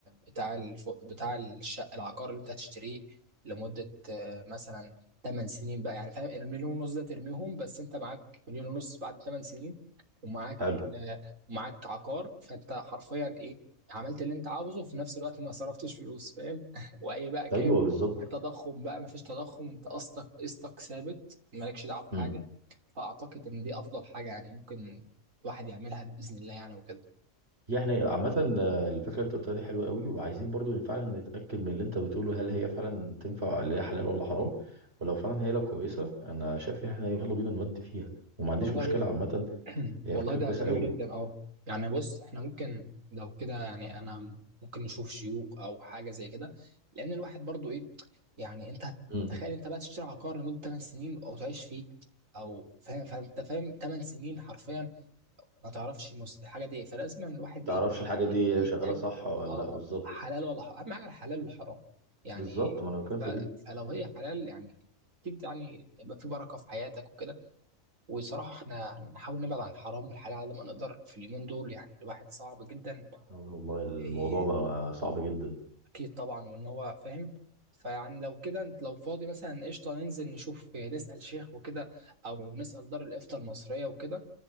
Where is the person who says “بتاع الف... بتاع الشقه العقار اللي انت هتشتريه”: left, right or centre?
Right